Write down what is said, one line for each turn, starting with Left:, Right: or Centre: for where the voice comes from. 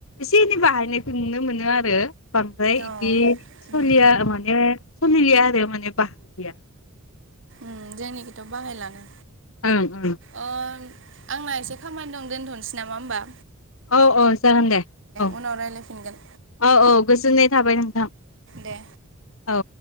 Left: एसे एनै बाहायनायखौ नुनो मोनो आरो। बांद्राय
Right: अ
Left: इदि सलिया
Right: उम
Left: माने सलिलिया आरो माने बाहाग गैया
Right: ओम जोंनिखैथ बाहायलानो।
Left: ओं ओ
Right: अ आंना एसे खामानि दं दोनथनोसै नामा ओमबा
Left: औ औ जागोन दे औ
Right: उनाव रायलायफिनगोन
Left: औ औ गोजोननाय थाबाय नोंथां
Right: दे
Left: औ